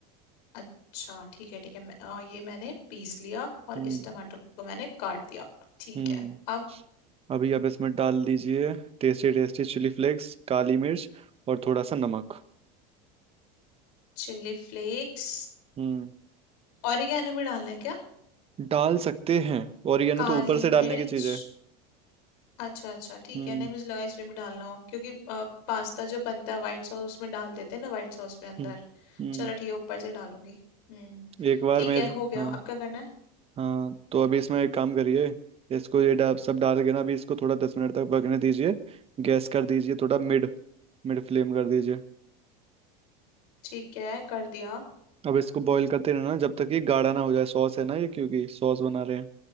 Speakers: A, on the left (about 75°); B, on the right (about 30°).
A: अच्छा ठीक है ठीक है मैं, अ, ये मैंने पीस लिया और
B: हम्म
A: इस टमाटर को मैंने काट दिया ठीक
B: हम्म
A: है अब
B: अभी आप इसमें डाल दीजिए टेस्टी टेस्टी चिली फ्लेक्स काली मिर्च और थोड़ा सा नमक
A: चिल्ली फ्लेक्स
B: हम्म
A: ऑरिगेनो भी डालना है क्या
B: डाल सकते हैं और ये ना
A: काली
B: तो ऊपर से डालने
A: मिर्च
B: की चीज है
A: अच्छा अच्छा ठीक
B: हम्म
A: है नहीं मुझे लगा इसमें भी डालना हो क्योंकि अ, पास्ता जो बनता है व्हाइट सॉस उसमें डाल देते हैं ना व्हाइट सॉस में
B: हम्म
A: अंदर
B: हम्म
A: चलो ठीक है ऊपर से डालूंगी हम्म
B: एक बार
A: ठीक
B: मेरे
A: है हो गया
B: हाँ
A: अब क्या करना है
B: हाँ तो अभी इसमें एक काम करिए इसको ये डा, सब डाल के ना अभी इसको थोड़ा दस मिनट तक पकने दीजिए गैस कर दीजिए थोड़ा मिड मिड फ्लेम कर दीजिए
A: ठीक है कर दिया
B: अब इसको बॉईल करते रहना जब तक ये गाढ़ा ना हो जाए सॉस है ना ये क्योंकि सॉस बना रहे हैं